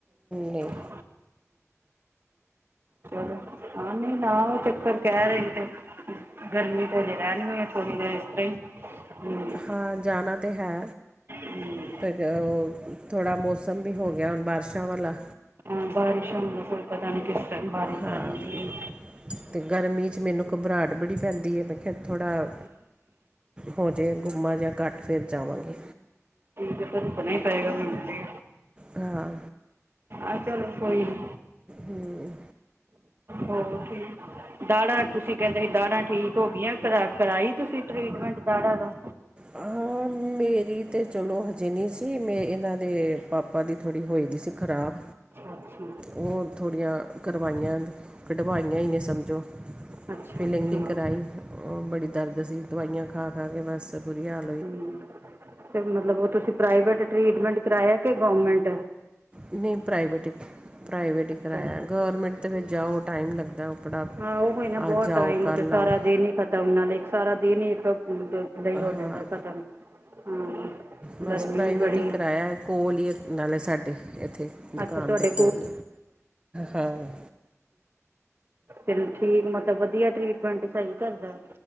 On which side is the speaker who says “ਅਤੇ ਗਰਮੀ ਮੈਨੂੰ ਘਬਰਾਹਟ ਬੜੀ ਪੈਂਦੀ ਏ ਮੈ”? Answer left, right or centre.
Right